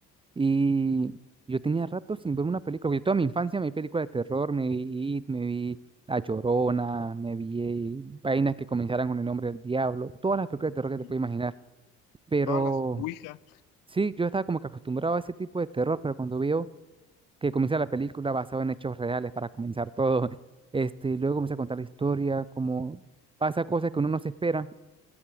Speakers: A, on the right (about 15°); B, on the left (about 70°).
A: Y yo tenía rato sin ver una película, porque toda mi infancia me vi películas de terror, me vi It, me vi La Llorona, me vi eh, vainas que comenzaran con el nombre del diablo, todas las películas de terror
B: Ujú.
A: que te puedes imaginar. Pero
B: Todas las Ouija.
A: sí, yo estaba como que acostumbrado a ese tipo de terror, pero cuando veo que comienza la película basada en hechos reales para comenzar todo, <laughs> este, luego comienza a contar la historia, como pasa cosas que uno no se espera